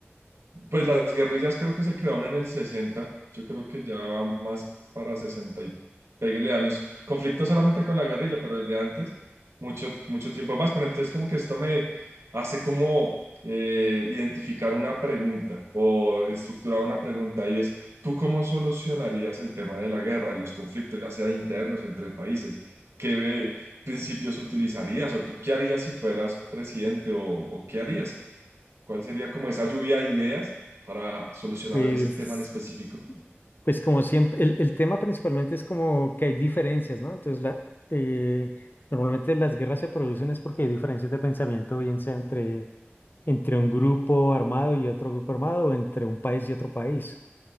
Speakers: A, on the right (about 75°); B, on the left (about 50°).
A: Pues las guerrillas creo que se crearon en el 60. yo creo que ya van más para 60 y péguele años. Conflicto solamente con la guerrilla, pero desde antes, mucho, mucho tiempo más. Pero entonces como que esto me hace como eh, identificar una pregunta o estructurar una pregunta y es, ¿tú cómo solucionarías el tema de la guerra, de los conflictos, ya sea internos o entre países? ¿Qué eh, principios utilizarías o tú qué harías si fueras presidente o o qué harías? ¿Cuál sería como esa lluvia de ideas para solucionar
B: Pues,
A: ese tema en específico?
B: pues como siempre, el, el tema principalmente es como que hay diferencias, ¿no? Entonces, la, eh, normalmente las guerras se producen es porque hay diferencias de pensamiento, bien sea entre entre un grupo armado y otro grupo armado, o entre un país y otro país.